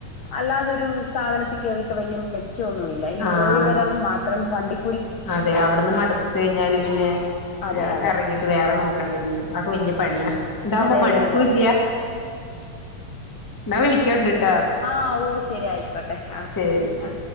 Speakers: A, on the left; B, on the left.
A: അല്ലാതൊരു സ്ഥാപനത്തി കേറിട്ട് വലിയ മെച് ച്ചോന്നുവില്ല ഈ
B: ആഹ്
A: പോയി വരവ് മാത്രം വണ്ടി
B: അതെ അവിടുന്ന് മടുത്ത് കഴിഞ്ഞാല് പിന്നെ
A: അതെ അതെ
B: എറങ്ങിട്ട് വേറെ നോക്ക് ക്കണ്ടിവരും ആക്കെ വല്യ
A: ഉം
B: പണിയാ ഇതാകുമ്പോ
A: അതെ
B: മടുക്കൂല്യ
A: അതെ അതെ
B: എന്ന വിളിക്കാേണ്ടിട്ട്
A: ആ ഓ ശെരി ആയിക്കോട്ടെ ആ
B: ശരി
A: ആ